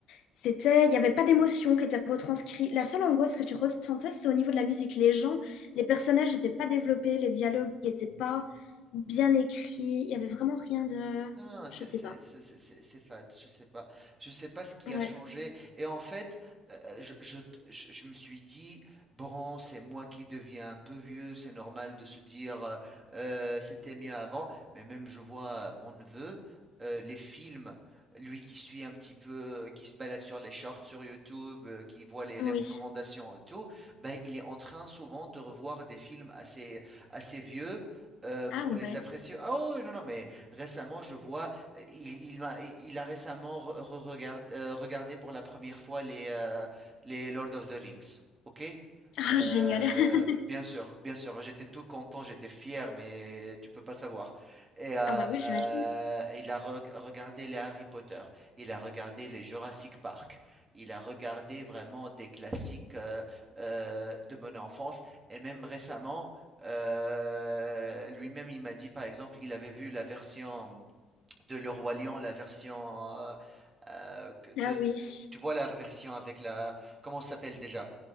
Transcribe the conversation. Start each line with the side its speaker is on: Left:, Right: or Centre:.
Left: C'était... Il n'y avait pas d'émotion qui était retranscrite. La seule angoisse que tu ressentais, c'est au niveau de la musique. Les gens, les personnages n'étaient pas développés, les dialogues n'étaient pas bien écrits. Il n'y avait vraiment rien de...
Right: Non, non, non,
Left: Je
Right: c'est
Left: sais
Right: c'est-
Left: pas.
Right: c'est- c'est- c'est- c'est fade. Je sais pas. Je sais pas ce qui
Left: Ouais.
Right: a changé. Et en fait, euh, je, je, je- je me suis dit, bon, c'est moi qui deviens un peu vieux. C'est normal de se dire, euh, euh, c'était mieux avant. Mais même, je vois euh, mon neveu, euh, les films, lui qui suit un petit peu, euh, qui se balade sur les shorts sur YouTube, euh, qui voit les, les
Left: Oui.
Right: recommandations et tout, ben, il est en train souvent de revoir des films assez, assez vieux euh, pour
Left: Ouais.
Right: les apprécier. Ah oh, non, non, mais Récemment, je vois, euh, il, il m'a- il a récemment re- re- regard- euh, regardé pour la première fois les, euh, les Lord of the Rings. OK?
Left: Ah,
Right: Euh,
Left: génial. <laughs>
Right: b- bien sûr, bien sûr, j'étais tout content, j'étais fier, mais tu peux pas savoir. Et euh,
Left: Ah bah oui, j'imagine.
Right: euh, il a reg- regardé les Harry Potter, il a regardé les Jurassic Park, il a regardé vraiment des classiques euh, euh, de mon enfance, et même récemment, euh, lui-même il m'a dit par exemple qu'il avait vu la version de Le Roi Lion, la version euh, euh, que- de,
Left: Ah oui.
Right: tu vois la version avec la, comment ça s'appelle déjà?